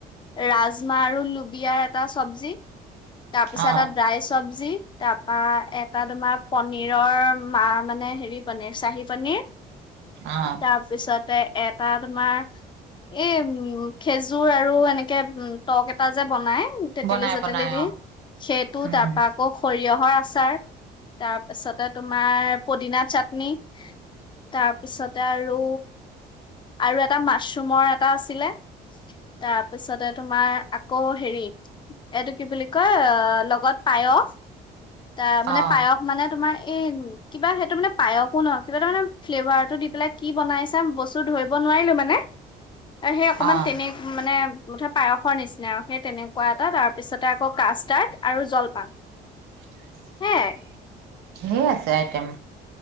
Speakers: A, on the left; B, on the right.
A: ৰাজমা আৰু লো দিয়াৰ এটা চবজি, তাৰপিছত
B: অ',
A: এটা ড্ৰাই চব্জি, তাৰপা এটা তোমাৰ পনীৰৰ মা মানে হেৰি পনীৰ চাহি পনীৰ,
B: অঁ।
A: তাৰপিছতে এটা তোমাৰ এ উম খেজুৰ আৰু এনেকে উ টক এটা যে বনাই- তেতেলি
B: বনাই
A: চেতেলি
B: বনাই
A: দি
B: অ',
A: সেইটো
B: উম,
A: তাৰপা- আকৌ সৰিয়হৰ আচাৰ তাৰপিছতে তোমাৰ পদিনা চাটনি। তাৰপিছতে আৰু আৰু এটা মাছৰুমৰ এটা আছিলে। তাৰপিছতে তোমাৰ আক- কৌ হেৰি এইটো কি বুলি কয় লগত পায়স। তা মানে
B: অ',
A: পায়স মানে তোমাৰ এই- কিবা সেইটো মানে পায়সো নহয়, কিবা তাৰ মানে ফ্লেভাৰটো দি পেলাই কি বনাইছে বস্তু ধৰিব নোৱাৰিলো মানে। আৰু সেই অকমান
B: অ',
A: তেনে মানে মুঠতে পায়সৰ নিচি- না আও সেই তেনেকুৱা এটা, তাৰপিছতে আকৌ কাষ্ট কাৰ্ড আৰু জলপান।
B: <inaudible>
A: সেয়াই
B: ধেই আছে আইটেম।